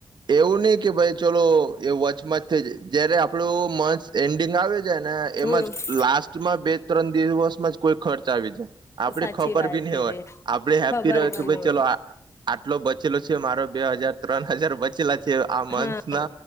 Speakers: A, on the right; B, on the left.
A: એવું નહી કે ભાઈ ચલો એ વચમાં જ થ જ જયારે આપડું મંચ એન્ડિંગ આવે છે જ ને
B: હમ
A: એમાંજ લાસ્ટમાં બે ત્રણ દિવસમાં જ કોઈ ખર્ચ આવી જાય. આપડ
B: સાચી
A: ખબર
B: વાત
A: ભી નહ
B: કીધી
A: હોય, આપડ હેપી
B: ખબર
A: રહ
B: પણ
A: કે ભાઈ
B: ન હોય
A: ચલો આટલો બચેલો છે મારો બે હજાર ત્રણ હજાર વચ્ચે આ મન્થ
B: હા
A: ન